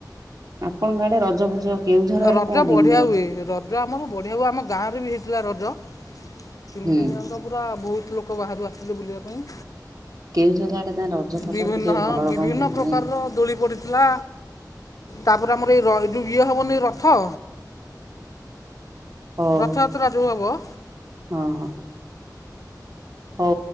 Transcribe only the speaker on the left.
ରଜ
ବଢିଆ
ହୁଏ ରଜ ରଜ ଆମର ବଢ଼ିଆ ହୁଏ ଆମ ଗାଁରେ ବି ହେଇଥିଲା ରଜ ତିନି
ଦିନିଆଙ୍କ। ପୁରା ବହୁତ ଲୋକ ବାହାରୁ ଆସିଥିଲେ ବୁଲିବା ପାଇଁ।
ବିଭିନ୍ନ
ହଁ
ବିଭିନ୍ନ
ପ୍ରକାରର
ଦୋଳି ପଡିଥିଲା। ତାପରେ ଆମର ଏଇ ଯଉ ଇଏ ହବନି ରଥ।
ରଥଯାତ୍ରା ଯଉ ହବ